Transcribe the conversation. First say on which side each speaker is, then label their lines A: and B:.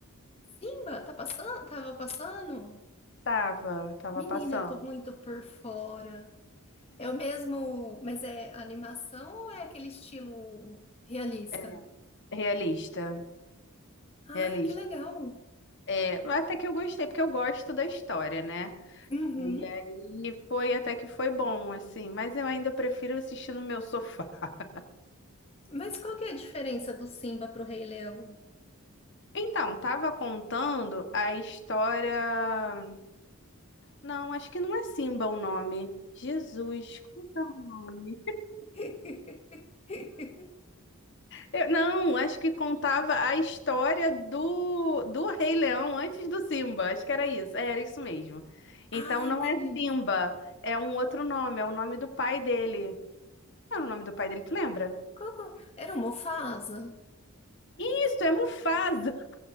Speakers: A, on the left; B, on the left.
A: Simba, tá passando? Tava passando?
B: Tava, tava
A: Menina,
B: passando.
A: eu tô muito por fora. É o mesmo, mas é animação ou é aquele estilo realista?
B: É, realista, realista.
A: Ai, que legal.
B: É, até que eu gostei, porque eu gosto da história, né?
A: Uhum.
B: E aí foi até que foi bom, assim, mas eu ainda prefiro assistir no meu sofá. <laughs>
A: Mas qual que é a diferença do Simba pro Rei Leão?
B: Então, tava contando a história. Não, acho que não é Simba o nome. Jesus, como é o nome?
A: <laughs>
B: Eu- não, acho que contava a história do, do Rei Leão antes do Simba. Acho que era isso. É, era isso mesmo. Então
A: Ah,
B: não
A: entendi.
B: é Simba, é um outro nome, é o nome do pai dele. Qual Era o nome do pai dele, tu lembra?
A: Qual, qual- Era o Mufasa?
B: Isso, é Mufasa.